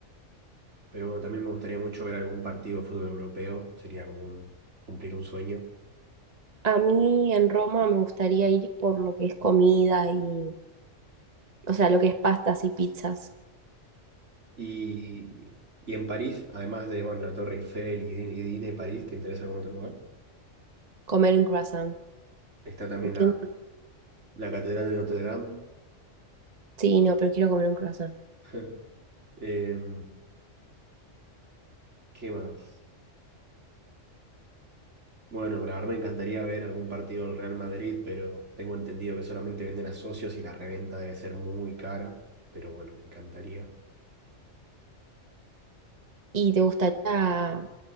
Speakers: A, on the right; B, on the right.
A: Pero también me gustaría mucho ver algún partido de fútbol europeo, sería como un- cumplir un sueño.
B: A mí en Roma me gustaría ir por lo que es comida y, o sea, lo que es pastas y pizzas.
A: Y, y en París, además de bueno, la Torre Eiffel y, Di- y Disney París, ¿te interesa algún otro lugar?
B: Comer un croissant.
A: Está también
B: Pienso-
A: la, la Catedral de Notre Dame.
B: Sí, no, pero quiero comer un croissant.
A: <laughs> Em, ¿qué más? Bueno, la verdad me encantaría ver algún partido del Real Madrid, pero tengo entendido que solamente venden a socios y la reventa debe ser muy cara. Pero bueno, me encantaría.
B: ¿Y te gustaría